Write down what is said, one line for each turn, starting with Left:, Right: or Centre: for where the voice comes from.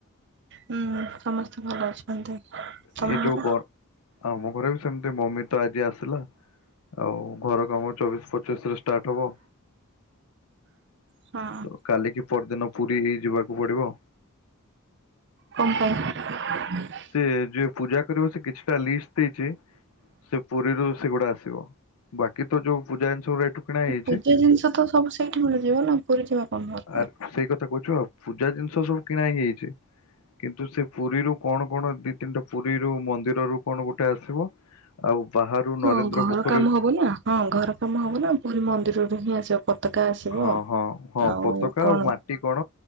Right: ହୁଁ ସମସ୍ତେ ଭଲ ଅଛନ୍ତି। ତମ
Left: ଏଇ ଯୋଉ
Right: ଘରେ
Left: ଗ ଆମ ଘରେ ବି ସେମିତି ମମି ତ ଆଜି ଆସିଲା। ଆଉ ଘର କାମ ଚବିଶ ପଚିଶ ରେ ଷ୍ଟାର୍ଟ ହବ।
Right: ହଁ
Left: ତ କାଲିକି ପରଦିନ ପୁରୀ ଯିବାକୁ ପଡିବ।
Right: କଣ ପାଇଁ?
Left: ସେ ଯିଏ ପୂଜା କରିବ ସେ କିଛିଟା ଲିଷ୍ଟ ଦେଇଚି। ସେ ପୁରୀରୁ ସେଗୁଡା ଆସିବ। ବାକି ତ ଯୋଉ ପୂଜା ଜିନିଷ ଗୁଡା ଏଠୁ କିଣା ହେଇଚି।
Right: ପୂଜା ଜିନିଷ ତ ସବୁ ସେଇଠି ମିଳିଯିବ ନା ପୁରୀ ଯିବା କଣ ଦରକାର।
Left: ଆ ସେଇ କଥା କହୁଚି ପା ପୂଜା ଜିନିଷ ସବୁ କିଣା ହେଇଯାଇଚି। କିନ୍ତୁ ସେ ପୁରୀରୁ କଣ କଣ ଦି ତିନିଟା ପୁରୀରୁୁ ମନ୍ଦିର ରୁ କଣ ଗୋଟେ ଆସିବ। ଆଉ ବାହାରୁ
Right: ହଁ
Left: ନରେନ୍ଦ୍ର
Right: ଘର
Left: ପୋଖରୀ
Right: କାମ ହବ ନା। ହଁ ଘର କାମ ହବ ନା ପୁରୀ ମନ୍ଦିରରୁ ହିଁ ଆସିବ ପ ପତାକା ଟା ଆସିବ
Left: ହଁ ହଁ ହଁ
Right: ଆଉ
Left: ପତାକା
Right: କଣ
Left: ଆଉ ମାଟି କଣ